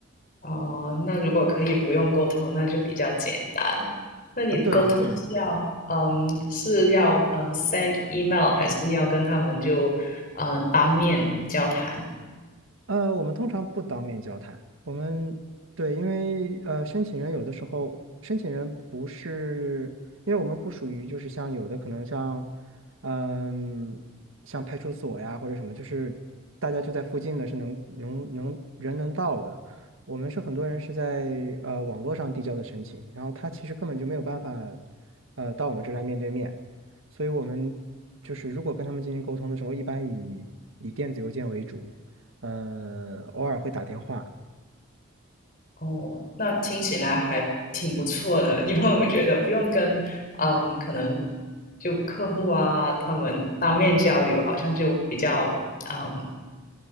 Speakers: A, on the left (about 40°); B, on the right (about 80°).
A: 哦，那如果可以不用沟通，那就比较简单了。那你沟通是要嗯是要嗯
B: 啊，对对。
A: send email，还是要跟他们就呃当面交谈？
B: 呃，我们通常不当面交谈。我们对，因为呃，申请人有的时候，申请人不是，因为我们不属于就是像有的可能像，嗯、像派出所呀或者什么，就是大家就在附近的，是能能能人能到的。我们是很多人是在呃网络上递交的申请，然后他其实根本就没有办法，呃，到我们这来面对面。所以我们就是如果跟他们进行沟通的时候，一般以以电子邮件为主。呃，偶尔会打电话，
A: 哦，那听起来还挺不错的，因为我觉得不用跟嗯，可能就客户啊他们当面交流，好像就比较嗯